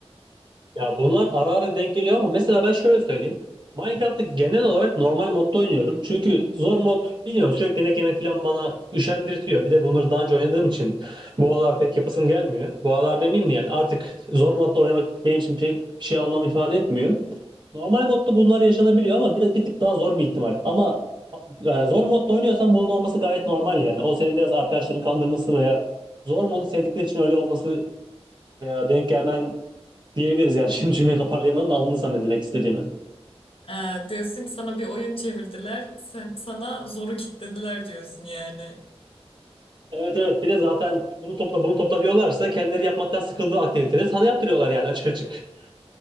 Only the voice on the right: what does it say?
Ya bunlar ara ara denk geliyor ama mesela ben şöyle söyleyeyim. Minecraft'ı genel olarak normal modda oynuyorum. Çünkü zor mod bilmiyorum sürekli yemek yemek falan bana üşendirtiyor. Bir de bunları daha önce oynadığım için bu aralar pek yapasım gelmiyor. Bu aralar demeyeyim de yani artık zor modda oynamak benim için pek bir şey anlam ifade etmiyor. Normal modda bunlar yaşanabiliyor ama bir, bir tık daha zor bir ihtimal. Ama e, zor modda oynuyorsan bunun olması gayet normal yani. O senin biraz arkadaşların kandırması veya zor modu sevdikleri için öyle olması veya denk gelmen diyebiliriz yani. Şimdi cümleyi toparlayamadım da anladın sen benim demek istediğimi.
Evet evet bir de zaten bunu topla bunu topla diyorlarsa kendileri yapmaktan sıkıldığı aktiviteleri sana yaptırıyorlar yani açık açık.